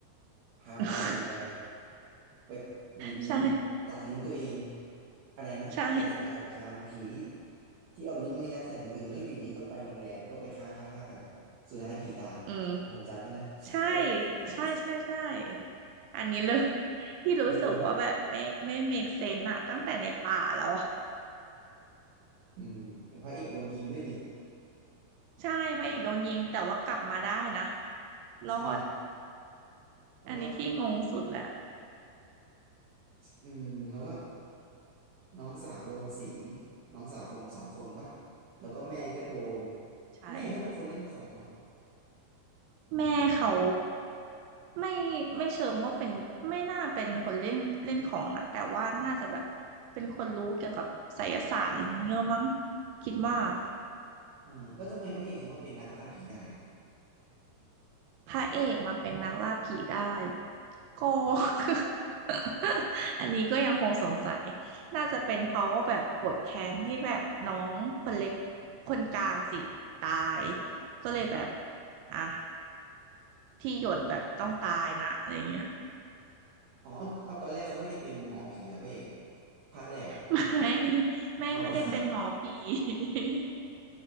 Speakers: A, on the right; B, on the right.
A: พาหมอผีไป
B: <laughs>
A: ไปอยู่ดี
B: ใช่
A: ตัดลิ้นตัวเองอะไรนะตั้งแต่สมัยสงครามผีที่
B: ใช่
A: ที่เอาลิ้นมายัดใส่คนอื่นแล้วอยู่ดีก็ไปโรงแรมก็ไปฆ่าฆ่าฆ่ากันสุดท้ายผีตายเอาผมจำได้นะ
B: อืม
A: <laughs>
B: ใช่
A: เออ <laughs> ผมว่า
B: ใช่ใช่ใช่อันนี้เลย <laughs> ที่รู้สึกว่าแบบไม่ไม่
A: เออ
B: make sense อะตั้งแต่ในป่าแล้วอะ
A: อืมพระเอกโดนยิงด้วยนี่
B: ใช่พระเอกโดนยิงแต่ว่ากลับมาได้นะ
A: หรือ
B: รอด
A: ใช่เพราะว่า
B: อันนี้ที่งงสุดแหละ
A: อืมแล้วก็น้องสาวโดนสิงน้องสาวคนสองคนปะแล้วก็แม่ก็โดน
B: ใช่
A: แม่เขาเป็นคนเล่นของเหรอ
B: แม่เขาไม่ไม่เชิงว่าเป็นไม่น่าเป็นคนเล่นเล่นของนะแต่ว่าน่าจะแบบเป็นคนรู้เกี่ยวกับไสยศาสตร์อะไรอย่างเงี้ยเยอะมั้งคิดว่า
A: อ่าแล้วทำไมพระเอกเขามาเป็นนักล่าผีได้
B: พระเอกมาเป็นนักล่าผีได้ก็ <laughs> อันนี้ก็ยังคงสงสัยน่าจะเป็นเพราะว่าแบบโกรธแค้นที่แบบน้องคนเล็กคนกลางสิตายก็เลยแบบอ่ะที่หยดแบบต้องตายนะอะไรเงี้ย
A: อ๋อเอาเอาตอนแรกเขาไม่ได้เป็นหมอผีเหรอพระเอกอะภาคแรกอะ
B: <laughs> ไม่ไม่ไม่ได้เป็นหมอผี
A: เอาเหรอ
B: <laughs>